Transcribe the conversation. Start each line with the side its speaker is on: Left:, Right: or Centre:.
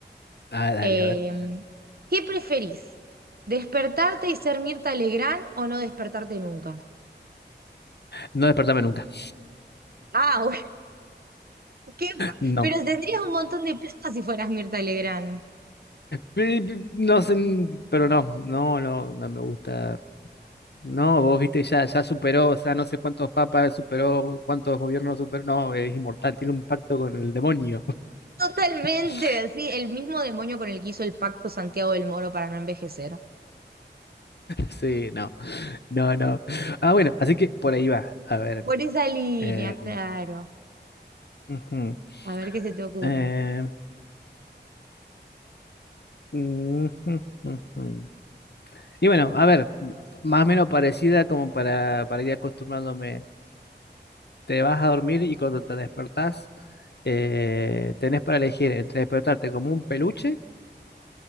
Left: Ah, dale,
Right: Eh,
Left: a ver.
Right: ¿qué preferís? ¿Despertarte y ser Mirta Legrand o no despertarte nunca?
Left: No despertame nunca. <laughs>
Right: Ah, <laughs> bueno, qué-
Left: No,
Right: pero tendrías un montón de plata si fueras Mirta Legrand.
Left: Pi- pi- no sé, pero no, no, no, no me gusta. No, vos viste, ya, ya superó, o sea, no sé cuántos papas superó, cuántos gobiernos superó, no, es inmortal, tiene un pacto con el demonio.
Right: Totalmente,
Left: <laughs>
Right: sí, el mismo demonio con el que hizo el pacto Santiago del Moro para no envejecer.
Left: Sí, no, no, no. Ah, bueno, así que por ahí va. A ver.
Right: Por esa línea,
Left: eh,
Right: claro.
Left: ujú,
Right: A ver qué se te ocurre.
Left: eh, ujú, ujú. Y bueno, a ver, más o menos parecida como para, para ir acostumbrándome. Te vas a dormir y cuando te despertás, eh, tenés para elegir entre despertarte como un peluche